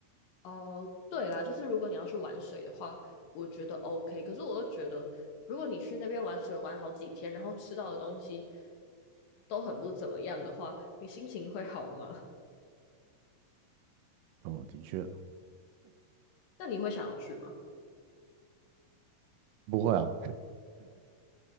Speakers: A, on the left; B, on the right.
A: 哦，对啦，就是如果你要去玩水的话，我觉得 OK。可是我又觉得，如果你去那边玩水玩好几天，然后吃到的东西都很不怎么样的话，你心情会好吗？
B: 哦，的确，
A: 那你会想要去吗？
B: 不会啊，